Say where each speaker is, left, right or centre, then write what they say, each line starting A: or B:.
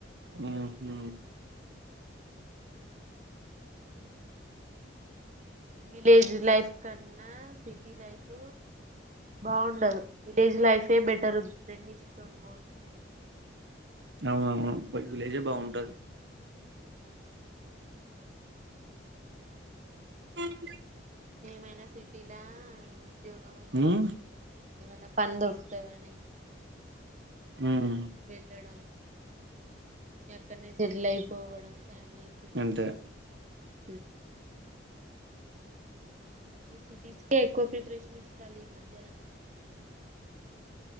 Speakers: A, on the right; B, on the right.
A: హు హు
B: విలేజ్ లైఫ్ కన్నా సిటీ లైఫ్ బాగుండదు విలేజ్ లైఫే బెటర్ రెండిటితో పోలిస్తే
A: అవునవును విలేజే బాగుంటది వందు
B: ఏమైన సిట్ ఇలా ఉద్యోగముందని
A: ఉమ్
B: ఏమన్నా పని దొరుకుతాదని
A: ఉమ్
B: వెళ్ళడ ఎక్కడనే సెటిల్ అయిపోవడం ఫ్యామిలీకి
A: అంతే
B: <unintelligible> <inaudible>